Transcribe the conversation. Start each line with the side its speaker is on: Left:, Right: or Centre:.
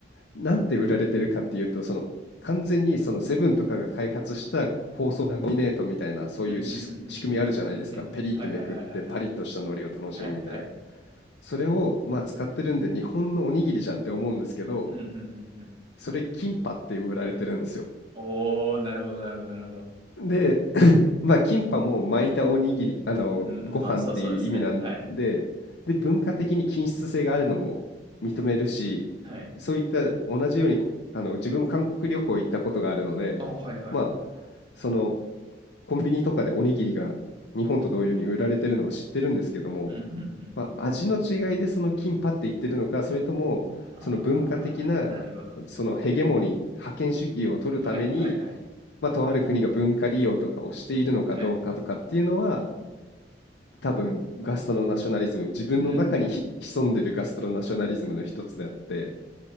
Left: なんて売られてるかっていうと、その完全にそのセブンとかが開発した包装ラミネートみたいな、そういうし仕組みあるじゃないですか。
Right: うん、ふんふんふんふんふんふんふん。
Left: ペリってめくってパリッとした海苔を楽しむみたいな。
Right: はいはいはいはいはい。はいはい。
Left: それをまあ使ってるんで日本のおにぎりじゃんって思うんですけど、
Right: うん、ふんふんふん。
Left: それキンパって売られてるんですよ。
Right: おお、なるほどなるほどなるほど。
Left: で、<coughs> <clears throat> まあ、キンパも巻いたおにぎり、あの、
Right: うん、
Left: ご飯っていう意味なんで、
Right: まあ、そうそうですね。はい。
Left: で、文化的に均質性があるのも認めるし、
Right: はい。
Left: そういった同じように、こあの、自分も韓国旅行行ったことがあるので、
Right: ああ、はいはい。
Left: まあ、その、コンビニとかでおにぎりが日本と同様に売られてるのは知ってるんですけども、
Right: うん、ふんふんふんふん。
Left: まあ、味の違いでそのキンパって言ってるのか、それともその文化的な
Right: ああ、なるほど。
Left: そのヘゲモニー、覇権主義を取るために、
Right: はいはいはい。
Left: まあ、とある国が文化利用とかをしているのかどうかとかっていうのは、
Right: はい。
Left: 多分ガストロナショナリズム、自分の中にひ潜んでるガストロナショナリズムの一つであって、
Right: うーん。